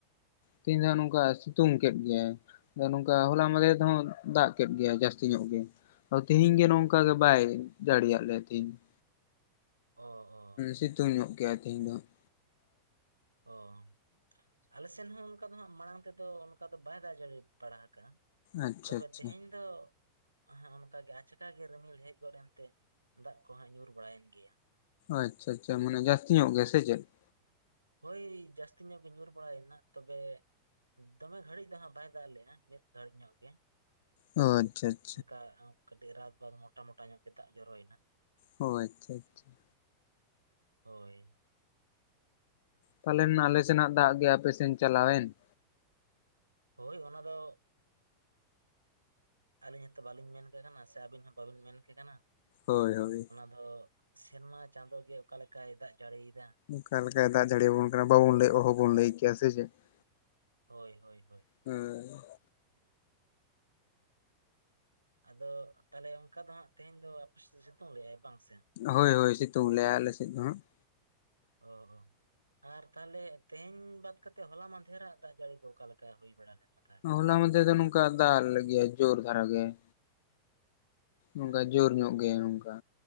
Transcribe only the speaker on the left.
ᱛᱮᱦᱤᱧ ᱫᱚ ᱦᱟᱸᱜ ᱱᱚᱝᱠᱟ ᱥᱤᱛᱩᱝ ᱠᱮᱫ ᱜᱮᱭᱟᱭ ᱾ ᱱᱚᱝᱠᱟ ᱦᱚᱞᱟ ᱢᱟᱫᱮᱨ ᱫᱚ ᱦᱟᱸᱜ ᱫᱟᱜ ᱠᱮᱫ ᱜᱮᱭᱟ ᱡᱟᱹᱥᱛᱤ ᱧᱚᱜ ᱜᱮ ᱾ ᱛᱤᱦᱤᱧ ᱜᱮ ᱱᱚᱝᱠᱟ ᱜᱮ ᱵᱟᱭ ᱡᱟᱹᱲᱤᱭᱟᱜ ᱞᱮᱭᱟ ᱛᱤᱦᱤᱧ ᱾
ᱥᱤᱛᱩᱝ ᱧᱚᱜ ᱡᱮᱜ ᱟᱭ ᱛᱮᱦᱮᱧ ᱫᱚ ᱾᱾
ᱟᱪᱪᱷᱟ
ᱟᱪᱪᱷᱟ
ᱟᱪᱪᱷᱟ ᱟᱪᱪᱷᱟ ᱢᱟᱱᱮ ᱡᱟᱹᱥᱛᱤ ᱧᱚᱜ ᱜᱮ ᱥᱮ ᱪᱮᱫ ᱾
ᱚᱸ ᱟᱪᱚᱪᱷᱟ ᱾
ᱚ ᱟᱪᱚᱪᱷᱟ ᱟᱪᱚᱪᱷᱟ ᱾
ᱯᱟᱞᱮᱱ ᱟᱞᱮ ᱥᱮᱱᱟᱜ ᱫᱟᱜ ᱜᱮ ᱟᱯᱮ ᱥᱮᱱ ᱪᱟᱞᱟᱣᱮᱱ ᱾
ᱦᱳᱭ ᱦᱳᱭ ᱾
ᱚᱠᱟ ᱞᱮᱠᱟᱭ ᱫᱟᱜ ᱡᱟᱹᱲᱤ ᱵᱚᱱ ᱠᱟᱱᱟ ᱵᱟᱵᱚᱱ ᱞᱟᱹᱭ ᱚᱦᱚᱵᱚᱱ ᱞᱟᱹᱭ ᱠᱮᱭᱟ ᱥᱮ ᱪᱮᱫ ᱾
ᱦᱮᱸ ᱾
ᱦᱳᱭ ᱦᱳᱭ ᱥᱤᱛᱩᱝ ᱞᱮ ᱟᱭ ᱟᱞᱮ ᱥᱮᱫ ᱫᱚ ᱦᱟᱸᱜ ᱾
ᱦᱚᱞᱟ ᱢᱟᱫᱮᱨ ᱫᱚ ᱱᱚᱝᱠᱟ ᱫᱟᱜ ᱞᱮᱫ ᱜᱮᱭᱟ ᱡᱳᱨ ᱫᱷᱟᱨᱟ ᱜᱮ ᱾ ᱚᱱᱠᱟ
ᱡᱳᱨ ᱧᱚᱜ ᱜᱮ ᱚᱱᱠᱟ